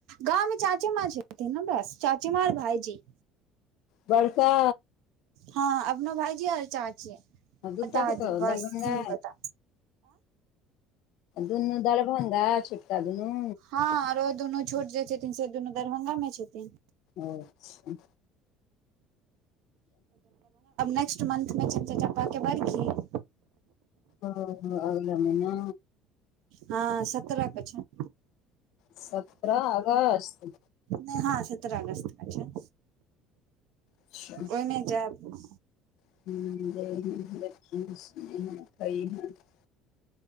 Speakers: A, on the right; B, on the left.
A: गाँव में चाची माँ छथिन ने बस, चाचीमाॅं और भाईजी।
B: बड़का।
A: हँ अपना भाईजी और चाची। आ
B: दूटा
A: दादी
B: कतऽ
A: बस
B: दरभंगा
A: तीन गोटा।
B: दुनू दरभंगा छुटका दुनू?
A: हँ आरो दुनू छोट जे छथिन, से दुनू दरभंगा मे छथिन।
B: अच्छा!
A: नेक्सट मंथ में छैन चाचा के बर्षी।
B: ओ अगला महिना।
A: हँ सत्रह के छैन।
B: सत्रह अगस्त।
A: नै हँ सत्रह अगस्त के छैन,
B: अच्छा
A: ओएमे जायब।
B: <unintelligible>